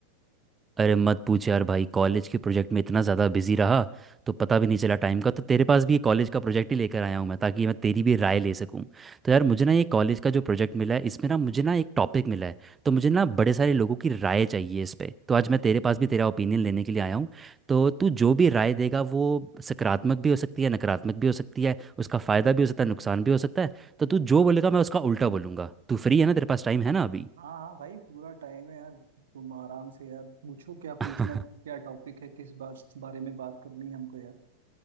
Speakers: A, on the right (about 15°); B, on the right (about 60°).
A: अरे मत पूछ यार भाई कॉलेज के प्रोजेक्ट में इतना ज़्यादा बिजी रहा तो पता भी नहीं चला टाइम का तो तेरे पास भी ये कॉलेज का प्रोजेक्ट ही लेकर आया हूँ मैं ताकि मैं तेरी भी राय ले सकूँ तो यार मुझे ना ये कॉलेज का जो प्रोजेक्ट मिला है इसमें ना मुझे ना एक टॉपिक मिला है तो मुझे ना बड़े सारे लोगों की राय चाहिए इस पे तो आज मैं तेरे पास भी तेरा ओपिनियन लेने के लिए आया हूँ तो तू जो भी राय देगा वो सकारात्मक भी हो सकती है नकारात्मक भी हो सकती है उसका फ़ायदा भी हो सकता है नुकसान भी हो सकता है तो तू जो बोलेगा मैं उसका उल्टा बोलूँगा तू फ्री है ना तेरे पास टाइम है ना अभी
B: हाँ हाँ भाई पूरा टाइम है यार तुम आराम से यार पूछो क्या
A: <laughs>
B: पूछना है, क्या टॉपिक है किस बात बारे में बात करनी है हमको यार